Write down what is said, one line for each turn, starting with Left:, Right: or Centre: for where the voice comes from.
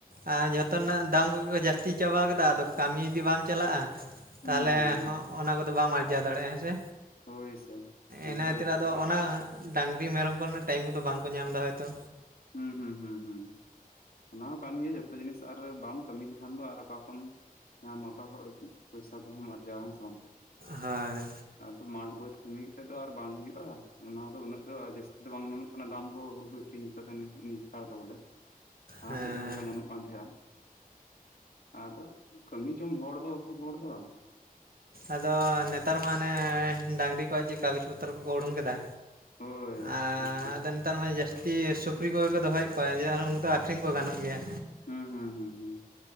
Right: ᱟᱨ ᱡᱷᱚᱛᱚ ᱨᱮᱱᱟᱜ ᱫᱟᱢ ᱠᱚᱜᱮ ᱠᱚ ᱡᱟᱹᱥᱛᱤ ᱪᱟᱵᱟ ᱠᱮᱫᱟ ᱟᱫᱚ ᱠᱟᱹᱢᱤ ᱡᱩᱫᱤ ᱵᱟᱢ ᱪᱟᱞᱟᱜᱼᱟ
Left: ᱦᱩᱸ
Right: ᱛᱟᱦᱮᱞᱮ
Left: ᱦᱩᱸ ᱦᱩᱸ
Right: ᱦᱚᱸ ᱚᱱᱟ ᱠᱚᱫᱚ ᱵᱟᱢ ᱟᱨᱡᱟᱣ ᱫᱟᱲᱮᱭᱟᱜᱼᱟ ᱦᱮᱸ ᱥᱮ,
Left: ᱦᱳᱭ ᱥᱮ ᱚᱱᱠᱟ
Right: ᱤᱱᱟᱹ ᱠᱷᱟᱹᱛᱤᱨ
Left: ᱜᱮᱛᱚ
Right: ᱟᱫᱚ
Left: ᱦᱟᱸᱜ
Right: ᱚᱱᱟ ᱰᱟᱝᱜᱨᱤ ᱢᱮᱨᱚᱢ ᱠᱚᱨᱮᱱᱟᱜ ᱴᱟᱭᱤᱢ ᱠᱚᱫᱚ ᱵᱟᱝᱠᱚ ᱧᱟᱢ ᱮᱫᱟ ᱦᱚᱭᱛᱚ᱾
Left: ᱦᱩᱸ, ᱦᱩᱸ, ᱦᱩᱸ, ᱦᱩᱸ, ᱚᱱᱟ ᱦᱚᱸ ᱠᱟᱱ ᱜᱮᱭᱟ ᱡᱚᱛᱚ ᱡᱤᱱᱤᱥ ᱟᱨ ᱵᱟᱢ ᱠᱟᱹᱢᱤ ᱞᱮᱠᱷᱟᱱ ᱫᱚ ᱟᱨ ᱚᱠᱟ ᱠᱚᱢ ᱧᱟᱢᱟ ᱚᱠᱟ ᱠᱷᱚᱱ ᱯᱩᱭᱥᱟ ᱠᱚᱦᱚᱸ ᱚᱨᱡᱟᱣᱟ ᱦᱮᱸ‌ᱥᱮ ᱵᱟᱝ᱾
Right: ᱦᱳᱭ,
Left: ᱟᱫᱚ ᱢᱟᱴᱷ ᱵᱟᱹᱫᱽ ᱠᱟᱹᱢᱤ ᱠᱟᱛᱮᱫ ᱫᱚ ᱟᱨ ᱵᱟᱝ ᱦᱩᱭᱩᱜᱼᱟ ᱚᱱᱟ ᱫᱚ ᱩᱱᱟᱹᱜ ᱫᱚ ᱡᱟᱹᱥᱛᱤ ᱫᱚ ᱵᱟᱝ ᱧᱟᱢᱚᱜ ᱠᱟᱱᱟ ᱫᱟᱢ ᱠᱚ ᱦᱩᱲᱩ ᱟᱹᱠᱷᱨᱤᱧ ᱱᱮᱛᱟᱨ ᱫᱚ ᱵᱚᱞᱮ ᱞᱟᱦᱟᱛᱮ
Right: ᱦᱮᱸ
Left: ᱡᱟᱦᱟᱸ ᱞᱮᱠᱟ ᱧᱟᱢᱚᱜ ᱠᱟᱱ ᱛᱟᱦᱮᱸᱟ᱾ ᱟᱫᱚ ᱠᱟᱹᱢᱤ ᱡᱚᱝ ᱦᱚᱲ ᱫᱚ ᱟᱵᱚ ᱦᱚᱲ ᱫᱚ,
Right: ᱟᱫᱚ ᱱᱮᱛᱟᱨ ᱢᱟ ᱟᱱᱮ ᱰᱟᱝᱨᱤ ᱠᱚᱣᱟᱜ ᱪᱮᱫ ᱠᱟᱜᱚᱡᱽ ᱯᱚᱛᱨᱚ ᱠᱚᱠᱚ ᱳᱰᱚᱠ ᱠᱮᱫᱟ,
Left: ᱦᱳᱭ
Right: ᱟ
Left: ᱴᱷᱤᱠ ᱴᱷᱤᱠ
Right: ᱟ <unintelligible> ᱛᱟᱨᱢᱟᱱᱮ ᱡᱟᱹᱥᱛᱤ ᱥᱩᱠᱨᱤ ᱠᱚᱜᱮ ᱠᱚ ᱫᱚᱦᱚᱭᱮᱫ ᱠᱚᱣᱟ ᱡᱮ ᱩᱱᱠᱩ ᱫᱚ ᱟᱠᱷᱨᱤᱧ ᱠᱚ ᱜᱟᱱᱚᱜ ᱜᱮᱭᱟ᱾
Left: ᱦᱩᱸ, ᱦᱩᱸ, ᱦᱩᱸ, ᱦᱩᱸ,